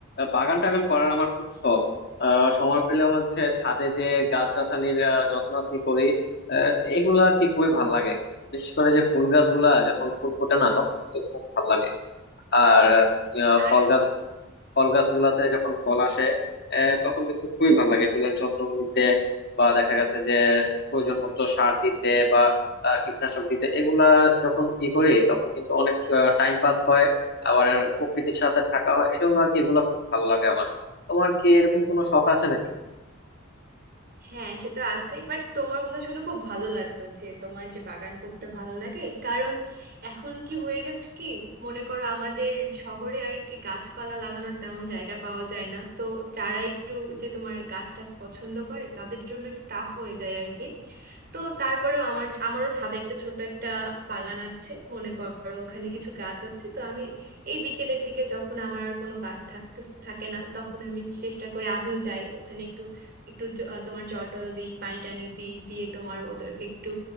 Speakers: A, on the left; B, on the right.
A: বাগান টাগান করার আমার খুব শখ আহ, সময় পেলে হচ্ছে ছাদে যে গাছগাছালির আহ, যত্ন আত্নি করি আহ, এগুলা কি খুবই ভালো লাগে বিশেষ করে যে ফুল গাছগুলা যখন ফুল ফোটে না তখন কিন্তু খুব ভালো লাগে আর আহ,
B: আর
A: ফল গাছ ফল গাছগুলাতে যখন ফল আসে আহ, তখন কিন্তু খুবই ভালো লাগে এগুলোর যত্ন নিতে বা দেখা গেছে যে প্রয়োজন মতো সার দিতে বা আহ, কীটনাশক দিতে এগুলা যখন ই করি তখন কিন্তু অনেক টাইম পাস হয় আবার প্রকৃতির সাথে থাকা হয় এই জন্য আর কি এগুলা খুব ভালো লাগে আমার তোমার কি এরকম কোনো শখ আছে নাকি
B: হ্যাঁ সেটা আছে বাট তোমার কথা শুনে খুব ভালো লাগলো যে তোমার যে বাগান করতে ভালো লাগে কারণ এখন কি হয়ে গেছে কি মনে করো আমাদের শহরে আর কি গাছপালা লাগানোর তেমন জায়গা পাওয়া যায় না তো যারা একটু যে তোমার গাছ টাছ পছন্দ করে তাদের জন্য একটু টাফ হয়ে যায় আর কি তো তারপরেও আমার আমারও ছাদে একটা ছোট একটা বাগান আছে মনে করো ওখানে কিছু গাছ আছে তো আমি এই বিকেলের দিকে যখন আমার আর কোনো কাজ থাকতে থাকে না তখন আমি চেষ্টা করি আমিও যাই ওখানে একটু একটু জ- আহ, তোমার জল টল দিই পানি টানি দিই দিয়ে তোমার ওদেরকে একটু